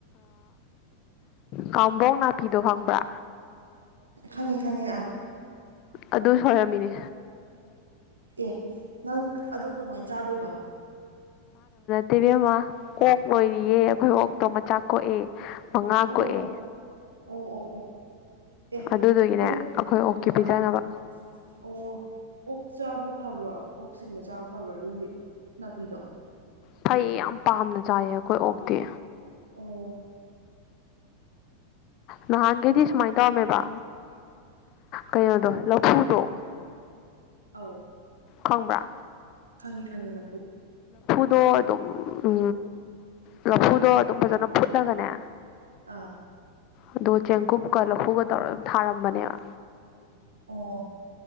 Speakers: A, on the left; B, on the right.
A: ꯀꯝꯕꯣꯡ ꯅꯥꯄꯤꯗꯣ ꯍꯪꯕ꯭ꯔ
B: ꯈꯪꯉꯦ ꯈꯪꯉꯦ ꯑꯥ
A: ꯑꯗꯨ ꯁꯣꯏꯔꯝꯃꯤꯅꯦ
B: ꯑꯦ ꯅꯪ ꯑꯗꯨ ꯀꯃꯥꯏꯅ ꯆꯥꯗꯣꯏꯕ
A: ꯇꯦꯕꯤꯦꯝꯃ ꯑꯣꯛ ꯂꯣꯏꯔꯤꯌꯦ ꯑꯩꯈꯣꯏ ꯑꯣꯛꯇꯣ ꯃꯆꯥ ꯀꯣꯛꯑ ꯃꯉꯥ
B: ꯑꯣ
A: ꯀꯣꯛꯑꯦ
B: ꯑꯣ ꯑꯣ ꯑꯣ ꯑꯦ
A: ꯑꯗꯨꯗꯨꯒꯤꯅꯦ
B: ꯑꯗꯨ
A: ꯑꯩꯈꯣꯏ ꯑꯣꯀꯀꯤ ꯄꯤꯖꯅꯕ
B: ꯑꯥ ꯑꯣ ꯑꯣꯛ ꯆꯥꯕ ꯐꯕ꯭ꯔꯣ ꯑꯣꯛ ꯁꯤꯡꯒ ꯆꯥꯕ ꯐꯕ꯭ꯔꯣ ꯑꯗꯨꯒꯤ ꯅꯥꯄꯤꯗꯣ
A: ꯐꯩ ꯌꯥꯝ ꯄꯥꯝꯅ ꯆꯥꯏꯌꯦ ꯑꯩꯈꯣꯏ ꯑꯣꯛꯇꯤ
B: ꯑꯣ
A: ꯅꯍꯥꯟꯒꯩꯗꯤ ꯁꯨꯃꯥꯏꯅ ꯇꯧꯔꯝꯃꯦꯕ ꯀꯩꯅꯣꯗꯣ ꯂꯐꯨꯗꯣ
B: ꯑ
A: ꯈꯣꯡꯕ꯭ꯔꯥ
B: ꯈꯪꯉꯤ ꯈꯪꯉꯤ ꯂꯐꯨ
A: ꯗꯣ ꯑꯗꯨꯝ ꯎ ꯂꯐꯨꯗꯣ ꯑꯗꯨꯝ ꯐꯖꯅ ꯐꯨꯠꯂꯒꯅꯦ
B: ꯑꯥ
A: ꯑꯗꯣ ꯆꯦꯡꯀꯨꯞꯀ ꯂꯐꯨꯒ ꯇꯧꯔꯒ ꯑꯗꯨꯝ ꯊꯥꯔꯝꯕꯅꯦꯕ
B: ꯑꯣ